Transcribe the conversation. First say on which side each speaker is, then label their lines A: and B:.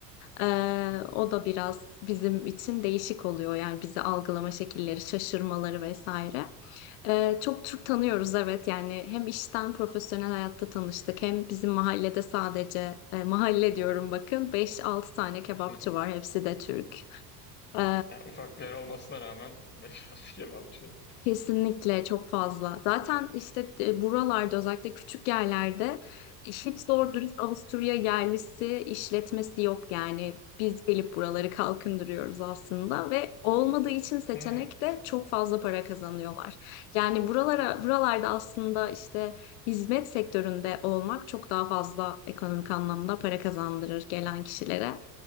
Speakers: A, on the left; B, on the left.
A: Ee,
B: Hı hı,
A: o da biraz bizim için değişik oluyor yani bizi algılama şekilleri, şaşırmaları vesaire. Ee, çok Türk tanıyoruz evet yani hem işten profesyonel hayatta tanıştık hem bizim mahallede sadece e, mahalle diyorum bakın beş altı tane kebapçı
B: hı hı.
A: var hepsi de Türk. Ee,
B: Yani ufak bir yer olmasına rağmen <laughs> beş altı kebapçı.
A: Kesinlikle çok fazla. Zaten işte e, buralarda özellikle küçük yerlerde hiç doğru dürüst Avusturya yerlisi işletmesi yok yani. Biz gelip buraları kalkındırıyoruz aslında ve olmadığı için seçenek
B: Hı,
A: de çok fazla para kazanıyorlar. Yani buralara buralarda aslında işte hizmet sektöründe olmak çok daha fazla ekonomik anlamda para kazandırır gelen kişilere.